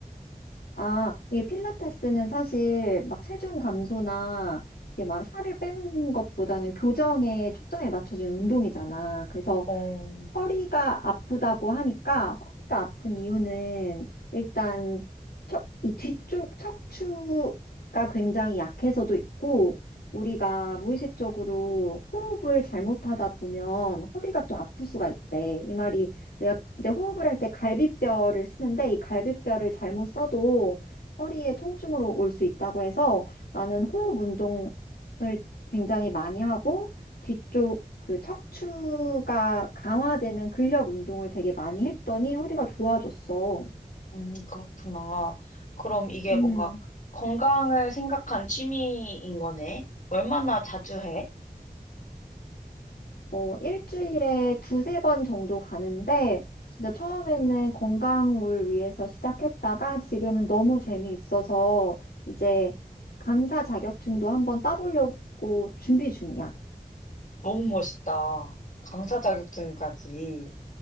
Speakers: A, on the left (about 85°); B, on the left (about 55°).
A: 아, 이게 필라테스는 사실 막 체중 감소나 이게 막 살을 빼는 것보다는 교정에 초점이 맞춰진 운동이잖아. 그래서
B: 어,
A: 허리가 아프다고 하니까 허리가 아픈 이유는 일단 척, 이 뒤쪽 척추가 굉장히 약해서도 있고 우리가 무의식적으로 호흡을 잘못하다 보면 허리가 또 아플 수가 있대. 이 말이 내가 이제 호흡을 할 때 갈비뼈를 쓰는데 이 갈비뼈를 잘못 써도 허리에 통증으로 올 수 있다고 해서 나는 호흡 운동을 굉장히 많이 하고 뒤쪽 그 척추가 강화되는 근력 운동을 되게 많이 했더니 허리가 좋아졌어.
B: 음, 그렇구나. 그럼 이게
A: 음,
B: 뭔가 건강을 생각한 취미인 거네? 얼마나 자주 해?
A: 어, 일주일에 두세 번 정도 가는데 진짜 처음에는 건강을 위해서 시작했다가 지금은 너무 재미있어서 이제 강사 자격증도 한번 따보려고 준비 중이야.
B: 너무 멋있다. 강사 자격증까지.